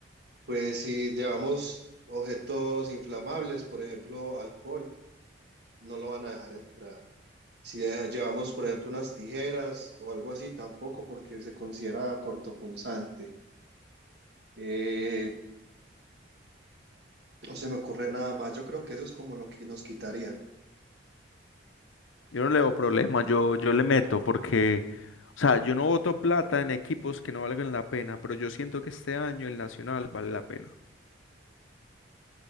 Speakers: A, on the right; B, on the left.
A: pues si llevamos objetos inflamables, por ejemplo, alcohol, no lo van a dejar entrar. Si de- llevamos, por ejemplo, unas tijeras o algo así, tampoco, porque se considera cortopunzante. Eh, no se me ocurre nada más. Yo creo que eso es como lo que nos quitarían.
B: Yo no le veo problema, yo, yo le meto porque, o sea, yo no voto plata en equipos que no valgan la pena, pero yo siento que este año el Nacional vale la pena.